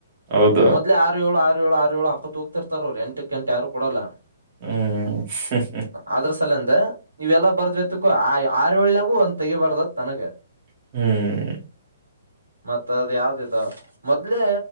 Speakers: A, on the right; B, on the right.
A: ಹೌದು
B: ಮೊದಲೇ ಆರು ಏಳು ಆರು ಏಳು ಆರು ಏಳು ಅಂತ ತೂಗ್ತಿರ್ತಾರ್ ಅವ್ರು ಎಂಟಕ್ಕೆಂಟು ಯಾರು ಕೊಡೋಲ್ಲ.
A: ಹ್ಮ
B: ಅದ್ರ ಸಲಂದ ಇವೆಲ್ಲಾ ಬರ್ದ್ವಿತಿಕ್ಕೂ ಆ ಆರ್ ಏಳ್ನಾಗು ಒಂದ್ ತೆಗಿಬಾರ್ದ್ಂತ್ ನನಗೆ.
A: ಹ್ಮಞ
B: ಮತ್ತ ಅದ್ ಯಾವ್ದ್ ಇದು ಮೊದ್ಲೇ